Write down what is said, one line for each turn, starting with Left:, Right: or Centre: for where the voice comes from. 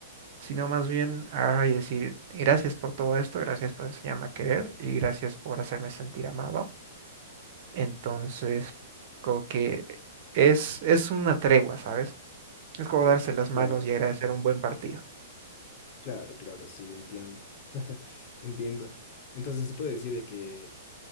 Right: sino más bien agarrar y decir, gracias por todo esto, gracias por enseñarme a querer y gracias por hacerme sentir amado. Entonces, como que es, es una tregua, ¿sabes? Es como darse las manos
Left: Claro,
Right: y agradecer un buen partido.
Left: claro, claro, sí, entiendo. <laughs> Entiendo. Entonces se puede decir de que